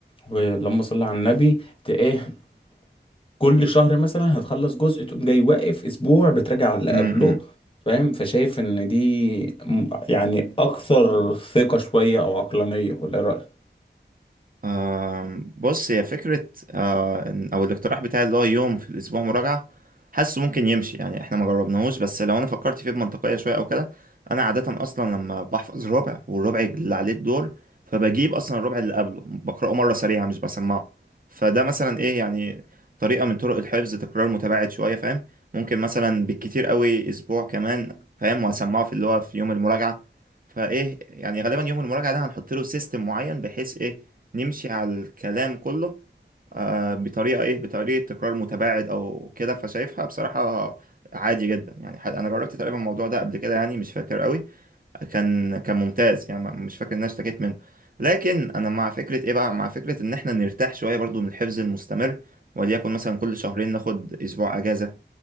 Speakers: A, on the left (about 30°); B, on the right (about 50°).
A: ولما صلى على النبي ت- ايه كل شهر مثلا هتخلص جزء تقوم جاي واقف اسبوع بتراجع على اللي
B: امم
A: قبله فاهم فشايف ان دي م- يعني اكثر ثقة شوية او عقلانية ولا إيه رأيك
B: آم، بص هي فكرة آه، إن- أو الاقتراح بتاعي اللي هو يوم في الأسبوع مراجعة حاسه ممكن يمشي يعني إحنا ما جربناهوش بس لو أنا فكرت فيه بمنطقية شوية أو كده أنا عادة أصلا لما بحفظ ربع والربع اللي عليه الدور فبجيب أصلا الربع اللي قبله بقرأه مرة سريعة مش بسمعه فده مثلا إيه يعني طريقة من طرق الحفظ تكرار متباعد شوية فاهم ممكن مثلا بالكتير قوي أسبوع كمان فاهم وأسمعه في اللي هو في يوم المراجعة فايه يعني غالبا يوم المراجعه ده هنحط له سيستم معين بحيث ايه نمشي على الكلام كله آه بطريقه ايه بطريقه تكرار متباعد او كده فشايفها بصراحه عادي جدا يعني ح- انا جربت تقريبا الموضوع ده قبل كده يعني مش فاكر قوي كان كان ممتاز يعني ما- مش فاكر ان انا اشتكيت منه لكن انا مع فكره ايه بقى مع فكره ان احنا نرتاح شويه برضو من الحفظ المستمر وليكن مثلا كل شهرين ناخد اسبوع اجازه